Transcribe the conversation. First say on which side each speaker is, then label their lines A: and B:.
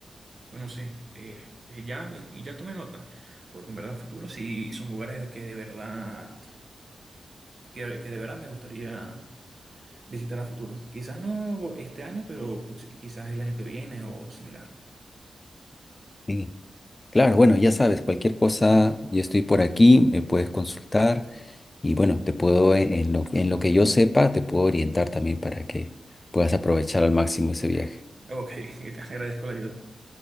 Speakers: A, on the right; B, on the left.
A: bueno, sí, eh, eh, ya, eh, ya tomé nota. Porque en verdad futuro sí son lugares de que de verdad, que, que de verdad me gustaría visitar a futuro. Quizás no este año, pero pues, quizás el año que viene o similar.
B: Sí. Claro, bueno, ya sabes, cualquier cosa, yo estoy por aquí, me puedes consultar y bueno, te puedo, en, en lo, en lo que yo sepa, te puedo orientar también para que puedas aprovechar al máximo ese viaje.
A: Eh, Ok, <laughs> te agradezco la ayuda.